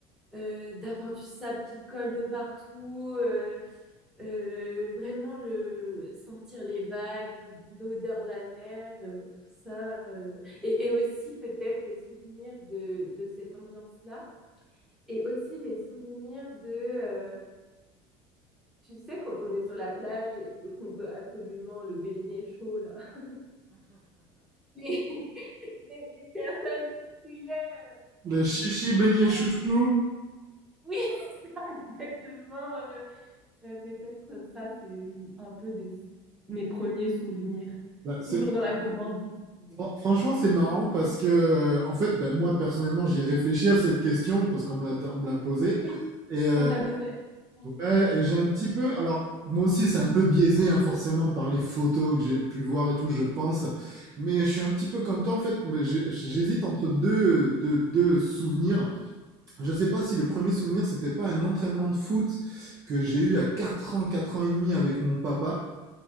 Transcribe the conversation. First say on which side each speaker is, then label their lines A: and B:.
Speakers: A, in the centre; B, on the right.
A: euh, d'avoir du sable qui colle de partout, euh, euh, vraiment le sentir les vagues, l'o- l'odeur de la mer, euh, tout ça, euh, et, et aussi peut-être les souvenirs de, de cette ambiance-là, et aussi les souvenirs de, euh, tu sais, quand on est sur la plage et qu'on veut absolument le baigner chaud, là, <laughs> les, les- les personnes qui criaient.
B: <laughs> le chichi
A: euh,
B: beignet
A: euh,
B: chouchou.
A: oui, <laughs> exactement. euh, Euh, peut-être euh, ça, c'est hum, un peu des, mes premiers souvenirs.
B: Bah, c'est-
A: Toujours dans la gourmandise, tu vois.
B: Fran- Franchement, c'est marrant parce que, euh, en fait, ben, moi personnellement, j'y ai réfléchi à cette question parce qu'on me l'a on me l'a posée.
A: Oui,
B: Et, euh,
A: On t'a posé la question.
B: ouais, et j'ai un petit peu. Alors, moi aussi, c'est un peu biaisé, hein, forcément, par les photos que j'ai pu voir et tout, je pense. Mais je suis un petit peu comme toi, en fait. mais j'ai- J'hésite entre deux, deux, deux souvenirs. Je sais pas si le premier souvenir, c'était pas un entraînement de foot que j'ai eu à 4 ans, 4 ans et demi avec mon papa.